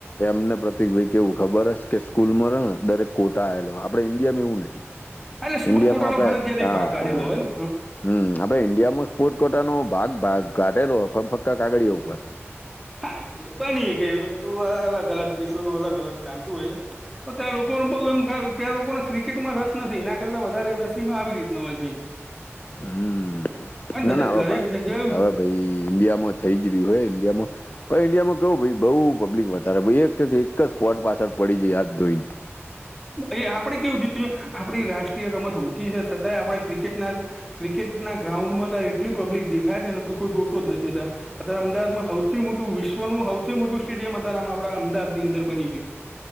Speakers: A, on the left; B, in the centre.
A: એમને પ્રતિકભાઈ કેહેવું ખબર હ કે સ્કૂલમાં રહે દરેક કોટા આવેલો આપણે ઈન્ડિયામાં એવું નહીં.
B: એટલે સ્પોર્ટ
A: ઇન્ડિયામાં
B: કોટાનો
A: આપડે
B: ફરજિયાત
A: હ
B: એક ભાગ કાઢેલો
A: હા.
B: હોય ને
A: હમ આપડે ઈન્ડિયામાં સ્પોર્ટ કોટા નો ભાગ ઘાઢેલો ફક્ કાગળઓ ઉપર.
B: હા એ તો બની કે બધું અલગ અલગ દેશો નનું અલગ અલગ ચાલતું હોય છે. પણ ત્યાં લોકોનું બઉ એમ ત્યાં લોકોનો ક્રિકેટમાં રસ નથી એના કરતા વધારે રસીમાં આવી રીતનું હોય છે એમ.
A: હમ
B: અને
A: ના
B: દરેક
A: ના હવે
B: દરેક
A: ભા
B: જગ્યાએ
A: હવે ભાઈ ઈન્ડિયામાં થઈ જ રહ્યું હોય ઈન્ડિયામાં <unintelligible> ઈન્ડિયામાં કેવું ભાઈ બઉ પબ્લિક વધારે એક એક જ સ્પોટ પાછળ પડી જાય હાથ ધોઈને.
B: એ આપડે <unintelligible> આપણી રાષ્ટ્રીય રમત હોકી છે છતાંય આપણે ક્રિકેટના ક્રિકેટના ગ્રાઉન્ડમાં એટલી પબ્લિક દેખાય છે ને <unintelligible> જ નથીતા અત્યારે અમદાવાદમાં હૌવથી મોટું વિશ્વનું હૌવથી મોટું સ્ટેડિયમ <unintelligible> અમદાવાદની અંદર બની ગયું.